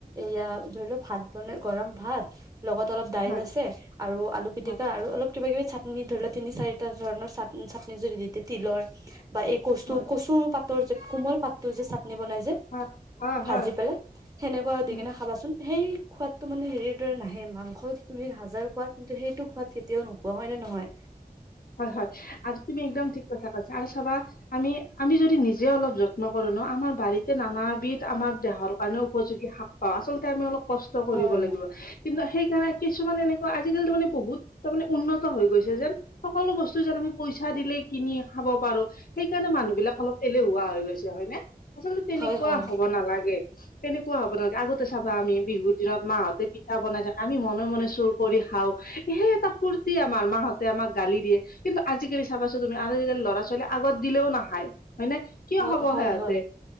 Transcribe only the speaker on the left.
হয়
হয়
হয়
হয়
হয়
হয়
হয় হয় আজি তুমি একদম ঠিক কথা কৈছা আৰু চাবা আমি আমি যদি নিজে অলপ। নকৰো ন আমাৰ বাৰীতে নানাবিধ আমাৰ দেহৰ কাৰণে উপযোগী শাক পাওঁ আচলতে আমি অলপ কষ্ট। কষ্ট কৰিব
লাগিব কিন্তু সেইকাৰণে কিছুমান এনেকুৱা আজিকালি মানে বহুত তাৰ মানে উন্নত হৈ গৈছে যেন সকলো বস্তু যেন আমি পইচা দিলে কিনি খাব পাৰো। সেইকাৰণে মানুহ বিলাক অলপ এলেহুৱা হৈ গৈছে হয়নে আচলতে তেনেকুৱা
হ'ব নালাগে', তেনেকুৱা হ'ব নহয়, আগতে চাব আমি বিহুৰ দিনত', মাহঁতে পিঠা বনাই থাকে আমি মনে মনে চুৰ কৰি খাওঁ সেই এটা ফুৰ্তি আমাৰ মাহঁতে আমাক', গালি দিয়ে, কিন্তু আজিকালি চাবাচোন তুমি আৰু আজিকালি ল'ৰা ছোৱালী আগত দিলেও নাখায়, হয় নে', কিয়
হবহে
আজি